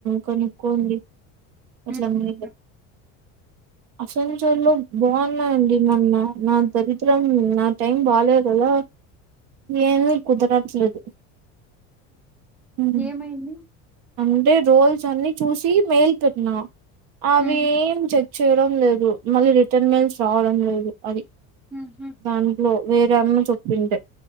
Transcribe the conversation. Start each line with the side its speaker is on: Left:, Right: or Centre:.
Right: కొనుక్కోండి ఎక్కువ
Centre: హ్మ్.
Right: మంది అట్లా అసలు చాలా బాగున్నాయండి మొన్న నా దరిద్రం నా టైం బాలేదు కదా ఏమీ కుదరట్లేదు హ్మ్.
Centre: ఏమైంది
Right: అంటే రోల్స్ అన్ని చూసి మేల్ పెట్టినా అవి
Centre: హ్మ్.
Right: ఏం చెచ్చ చేయడం లేదు మళ్ళీ రిటర్న్ మెయిల్స్ రావడం లేదు అది
Centre: హుహు.
Right: దాంట్లో వేరు అన్న చెప్పుంటే